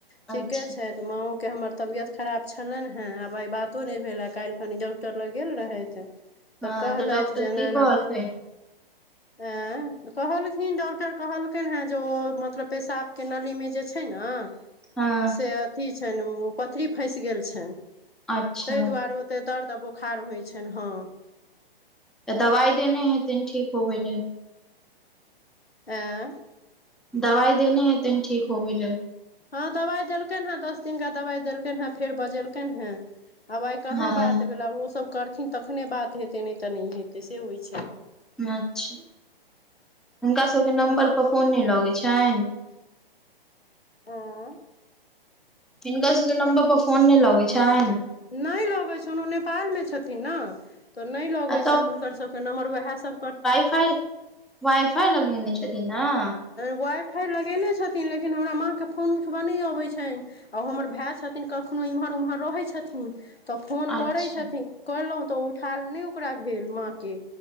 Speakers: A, in the centre; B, on the left (about 80°).
A: अच्छा
B: ठीके छै। माँओके हमर तबियत खराब छलैन्हें, आब आइ बातो नै भेले कैल्हखन डॉक्टर लग गेल रहैथ।
A: हँ
B: तऽ कहलैथ
A: डॉक्टर
B: जे एना-एना
A: की कहलकै
B: बा-ऐं कहलखिन डॉक्टर कहलखिन हेँ जे ओ मतलब ओ पेशाबके नली में जे छै ने
A: हँ
B: से अथी छैन, उ पथरी फैंस गेल छैन
A: अच्छा
B: तै दुआरे ओ तेतर दर्द बोखार होइत छैन हँ।
A: तऽ दबाइ देने हेतेन ठीक होबै ले।
B: आँ।
A: दवाइ देने हैतेन ठीक होबे ले।
B: हँ दवाइ देलखनि हेँ दस दिनका दवाइ देलखनि हेँ फेर बजेलखइन हेँ। आब आइ कहाँ
A: हँ
B: बात भेल आ ओसभ करथिन तखने बात हेतै नहि तऽ नहि हेतै से होइत छैय।।
A: अच्छा हुनका सबके नम्बर पर फोन नै लगैत छैन।
B: ने
A: हिनका सबके नम्बर पर फोन नै लगे छैन।
B: नै लगे छोन, उ नेपालमे छथिन न। तो नहि लगे
A: आ
B: छनि हुनकर सबके नम्बर, उएह सभ कर
A: फाई वाइफाई लगेने छथि न।
B: वाइ फाइ लगेने छथिन लेकिन हमरा माँके फोन उठबऽ ने अबैत छैन। आ उ हमर भाय छथिन कखनो एम्हर ओम्हर रहै छथिन तऽ फोन
A: अच्छा
B: करैत छथिन। करलहुँ तऽ ओ उठायल नहि ओकरा भेल माँके।